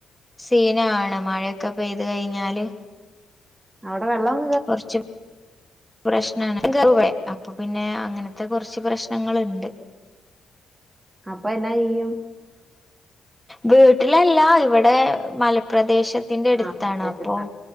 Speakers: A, in the centre; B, on the right.
A: സീനാണ് മഴയൊക്കെ പെയ്ത് കഴിഞ്ഞാല്
B: അവിടെ വെള്ളം
A: കുറച്ചും പ്രശ്നാണ് <unintelligible> അപ്പൊ പിന്നെ അങ്ങനത്തെ കുറച്ച് പ്രശ്നങ്ങളുണ്ട്
B: അപ്പൊ എന്നാ ചെയ്യും
A: വീട്ടിലെല്ല ഇവിടെ മലപ്രദേശത്ത് ത്തിന്റെ അടുത്താണ്
B: ആഹ് പ്രദേശത്ത്
A: അപ്പൊ